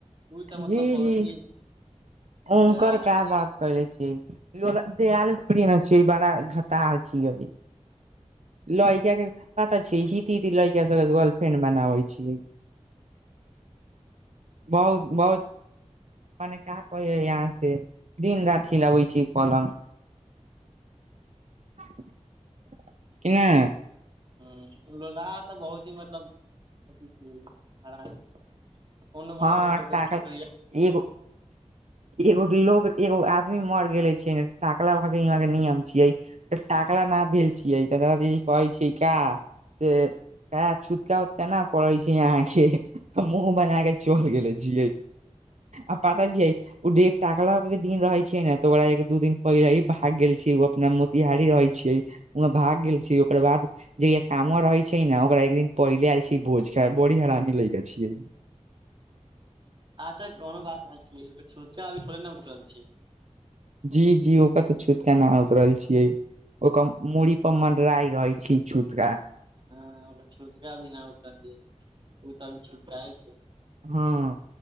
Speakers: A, on the right (about 40°); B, on the right (about 70°).
A: ओ तऽ मतलब
B: जी
A: बहुत
B: जी
A: ही
B: ओंकर
A: डेराल
B: कऽ
A: छै
B: बात करले छियै दाल फोड़ ने छै बड़ा घाटा छी अ लड़का के पता छैी हिती हिती लेईका सबके गर्लफ्रेंड बनाबै छीिय बहुत बहुत मने क कहै यहाँ से दिन राति हिलाबे छी पलंग <inaudible> कि नै
A: ह लोहा ऽ बहुत ही मतलब अथी हरानी कोनो
B: हँ
A: को
B: टाकल
A: छोक
B: एगो एगो लोग एगो आदमी मर गेल छै टाकला ओक के नियम छियै तऽ टाकला न भेल छियै तऽ दादीजी कहै छै का से छूतका उतका ने पड़े छै यहाँ के मुह बना के चल गेलै जीय आ पता जिय ओ टकला दिन रहे छैै ने तऽ ओकरा एक दू दिन पहिले ही भाग गेल छी जेना मोतिहारी रहै छियै वह भाग गेल छी ओकर बाद जे य काम रहै छै ने ओकरा एक दिन पहिले आयल छी भोज खाय बड़ी हरामी ले के छियै
A: अच्छा कोनो बात नहि छै छुतका अभी थोड़े ने उतरल छी
B: जी जी ओकर त छूतके न उतरल छियै ओकर मूड़ी पर मनरा रहे छय छूतका
A: हँ ओकरा छुटका भी नहित ओ त छुटकाय छै
B: हं